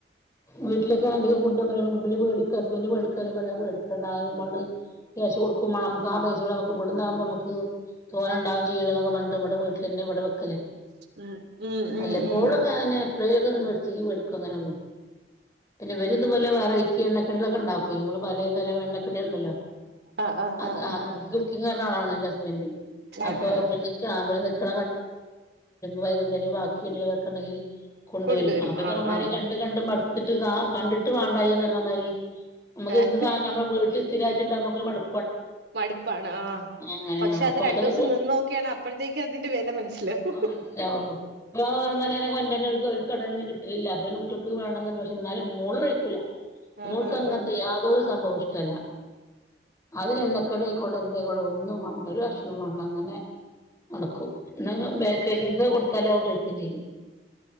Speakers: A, on the left (about 20°); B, on the right (about 70°).
A: വീട്ടിലൊക്കെ അധികം <unintelligible> <unintelligible> ഹസ്ബൻഡ് മേടിക്കാറയും മേടിക്കണ്ട ഒരുപാട് കാശ് കൊടുക്കും വാണം അമ്മക്ക് ആ പൈ ഇവട്ന്നാവുമ്പോ അമ്മക്ക് തോനെണ്ടാവും ചെയ്യല്ലോന്നെക്കെ പറഞ്ഞിട്ട് ഇവിടെ വീട്ടിലെന്നെ ഇവടെ <inaudible>
B: ഉം ഉം
A: വല്ലപ്പോഴൊക്കെ
B: ഉം ഉം
A: അങ്ങനെ എപ്പളേലൊക്കെ ഒന്ന് മേടിച്ചെങ്കീ മേടിക്കും, അങ്ങനെള്ളു. പിന്നെ ഇവല് ഇത്പോലെ വെറൈറ്റി എണ്ണക്കടികളൊക്കെണ്ടാക്കുവേ അമ്മള് പലതരം എണ്ണക്കടികള്ണ്ടല്ലോ.
B: ആഹ് ആഹ്
A: അത്
B: ആഹ്
A: ആ
B: ആഹ് ആഹ്
A: കുക്കിംഗ്‌ അറിയുന്ന ആളാണ് ന്റെ ഹസ്ബൻഡ് അപ്പൊ
B: ആഹ് ആഹ്
A: <unintelligible> <unintelligible> <unintelligible> <unintelligible> <unintelligible> വൈകുന്നേരം ബാക്കിള്ളതൊക്കെ ഇണ്ടെങ്കില് കൊണ്ട്
B: കൊണ്ടുവരും
A: വരും അത്
B: ആഹ് ആഹ്
A: കണ്ട് കണ്ട് മടുത്തിട്ട് ക കണ്ടിട്ട് വേണ്ടായിന്ന് പറഞ്ഞമാരി അമ്മക്കെന്ത്
B: ആഹ്
A: സാധനം അമ്മളെ വീട്ടില് സ്ഥിരായിറ്റിണ്ടാമ്പം അമ്മക്കൊരു മടു
B: മടുപ്പാണ് ആ.
A: അങ്ങനെ
B: പക്ഷെ
A: അപ്പൊ
B: അത് രണ്ടൂസം
A: അതൊക്കെ കു
B: നിന്നോക്കിയാണ് അപ്പഴത്തേക്ക് അതിന്റെ വില മനസ്സിലാവും.
A: ആ മനസ്സിലാവുള്ളൂ <unintelligible> <unintelligible> കിട്ടലില്ല അപ്പോ പിന്നെ കുട്ട്യേക്ക് വേണന്ന്ണ്ട് പക്ഷ ന്നാലും മോള് കഴിക്കൂല.
B: ആഹ്
A: മോൾക്കങ്ങൻത്ത
B: ആഹ് ആഹ്
A: യാതൊരൂ സംഭവൂ ഇഷ്ടല്ല. അതിലെണ്ണക്കടിയ്ക്കോട്ടെ എന്തേയീക്കോട്ടെ ഒന്നും വാണ്ട ഒരു കഷ്ണൂ വാണ്ട അങ്ങനെ നടക്കും, എന്നാ ബേക്കറി ഐറ്റംസൊക്കെ കൊടുത്താലോ കഴിക്കും ചെയ്യും.